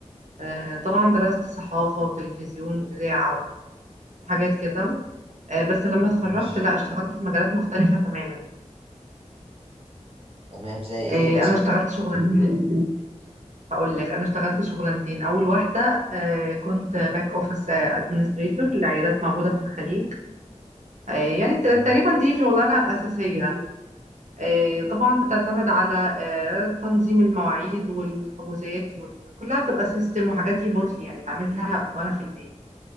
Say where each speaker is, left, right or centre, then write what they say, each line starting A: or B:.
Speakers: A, on the right; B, on the right.
A: آه طبعا درست صحافة وتلفزيون اذاعة وحاجات كده آه بس لما اتخرجت
B: ماشي
A: لا اشتغلت في مجالات مختلفة تماما
B: تمام زي ايه
A: آه
B: مثلا
A: انا اشتغلت شغلانتين هقول لك انا اشتغلت شغلانتين اول واحدة آه كنت باك اوفيس ادمنستريتور لعيادات موجودة في الخليج آه، يعني ت-
B: تمام.
A: تقريبا دي شغلانة أساسية آه، طبعا بتعتمد على آه، تنظيم المواعيد والحجوزات وال... كلها بتبقى سيستم وحاجات ريموتلي يعني بعملها وانا في البيت